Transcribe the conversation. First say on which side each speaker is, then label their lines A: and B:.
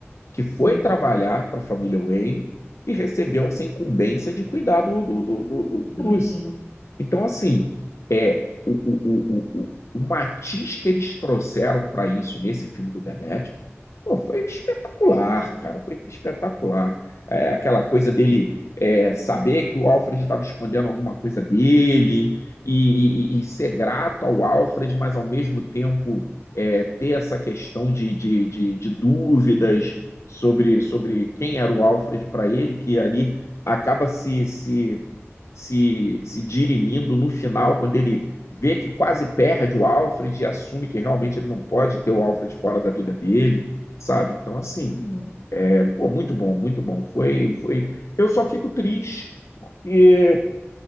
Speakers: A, on the left; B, on the left.
A: que foi
B: Sim,
A: trabalhar para a família Wayne e recebeu essa incumbência de cuidar do, do, do, do, do
B: do
A: Bruce.
B: menino.
A: Então, assim, é, o, o, o, o, o matiz que eles trouxeram para isso nesse filme do The Batman, pô, foi espetacular, cara, foi espetacular. É, aquela coisa dele é, saber que o Alfred estava escondendo alguma coisa dele e, e- e ser grato ao Alfred, mas ao mesmo tempo é, ter essa questão de, de, de, de dúvidas sobre, sobre quem era o Alfred para ele, que ali acaba se, se se, se dirimindo no final, quando ele vê que quase perde o Alfred e assume que realmente ele não pode ter o Alfred fora da vida dele, sabe? Então, assim,
B: Uhum.
A: é, pô, muito bom, muito bom. Foi, foi. Eu só fico triste, porque